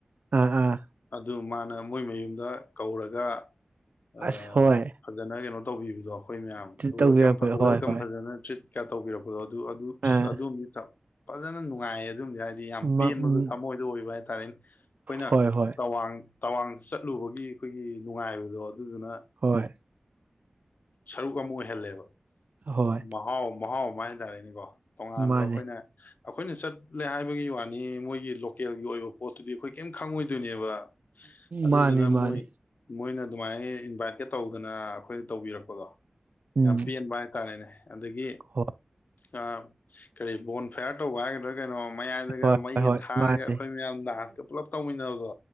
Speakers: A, on the right; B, on the left.
A: ꯑꯥ ꯑꯥ
B: ꯑꯗꯨ ꯃꯥꯅ ꯃꯣꯏ ꯃꯌꯨꯝꯗ ꯀꯧꯔꯒ ꯑꯥ
A: ꯑꯁ ꯍꯣꯏ
B: ꯐꯥꯖꯅꯔꯦꯕ ꯇꯧꯕꯤꯕꯗꯣ ꯑꯩꯈꯣꯏ ꯃꯌꯥꯝꯋ
A: ꯇꯧꯕꯤꯔꯛꯄ ꯍꯣꯏ
B: ꯋꯦꯜꯀꯝ
A: ꯍꯣꯏ
B: ꯐꯖꯅ ꯇ꯭ꯔꯤꯠ ꯀꯌꯥ ꯇꯧꯕꯤꯔꯛꯄꯣ ꯑꯗꯨ ꯑꯗꯨ
A: ꯑ
B: ꯑꯗꯨꯝꯅꯤꯗꯥ ꯐꯖꯅ ꯅꯨꯡꯉꯥꯏ ꯑꯗꯨꯝꯁꯦ ꯍꯥꯏꯗꯤ ꯌꯥꯝ ꯄꯦꯟꯕꯗ
A: ꯃ ꯎꯝ
B: ꯊꯃꯣꯏꯗꯣ ꯑꯣꯏꯕ ꯍꯥꯏꯇꯥꯔꯦꯅꯦ ꯑꯩꯈꯣꯏꯅ
A: ꯍꯣꯏ ꯍꯣꯏ
B: ꯇꯋꯥꯡ ꯇꯋꯥꯡ ꯆꯠꯂꯨꯕꯒꯤ ꯑꯩꯈꯣꯏꯒꯤ ꯅꯨꯡꯉꯥꯏꯕꯗꯣ ꯨꯒꯅꯥꯅꯤ
A: ꯍꯣꯏ
B: ꯁꯔꯨꯛ ꯑꯃ ꯑꯣꯏꯍꯜꯂꯦꯕ
A: ꯍꯣꯏ
B: ꯃꯍꯥꯎ ꯃꯍꯥꯎꯑꯣ ꯀꯃꯥꯏꯅꯇꯥꯔꯦꯅꯤꯀꯣ ꯇꯣꯉꯥꯟꯕ
A: ꯃꯥꯅꯦ
B: ꯑꯩꯈꯣꯏꯅ ꯑꯩꯈꯣꯏꯅ ꯆꯠꯂꯦ ꯍꯥꯏꯕꯒꯤ ꯋꯥꯅꯤ ꯃꯣꯏꯒꯤ ꯂꯣꯀꯦꯜꯒꯤ ꯑꯣꯏꯕ ꯄꯣꯠꯇꯨꯗꯤ ꯑꯩꯈꯣꯏ ꯀꯔꯤꯝ ꯈꯪꯉꯣꯏ ꯑꯗꯨꯅꯦꯕ ꯑꯗꯨꯗꯨꯅ
A: ꯃꯥꯅꯦ
B: ꯃꯣꯏ
A: ꯃꯥꯅꯦ
B: ꯃꯣꯏꯅ ꯑꯗꯨꯃꯥꯏꯅ ꯏꯟꯚꯥꯏꯠꯀ ꯇꯧꯗꯅ ꯑꯩꯈꯣꯏ ꯇꯧꯕꯤꯔꯛꯄꯗꯣ
A: ꯎꯝ
B: ꯌꯥꯝ ꯄꯦꯟꯕ ꯍꯥꯏꯇꯥꯔꯦꯅꯦ ꯑꯗꯒꯤ
A: ꯍꯣꯏ
B: ꯑ ꯀꯔꯤ ꯕꯣꯟ ꯐꯌꯥꯔ ꯇꯧꯕ ꯍꯥꯏꯒꯗ꯭ꯔꯥ ꯀꯩꯅꯣ ꯃꯌꯥꯏꯗꯒ
A: ꯍꯣꯏ ꯍꯣꯏ
B: ꯃꯩꯒ
A: ꯍꯣꯏ
B: ꯊꯥꯔꯒ
A: ꯃꯥꯅꯦ
B: ꯑꯩꯈꯣꯏ ꯃꯌꯥꯝ ꯗꯥꯟꯁꯀ ꯄꯨꯂꯞ ꯇꯧꯃꯤꯟꯅꯕꯗꯣ